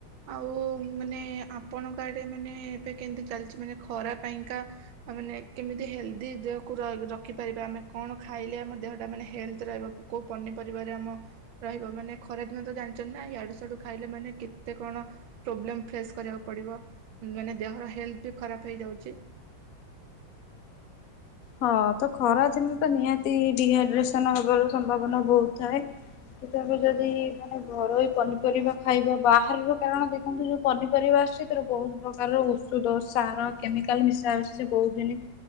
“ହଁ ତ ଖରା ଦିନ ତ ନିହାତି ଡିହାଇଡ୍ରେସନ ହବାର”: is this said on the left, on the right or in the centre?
Left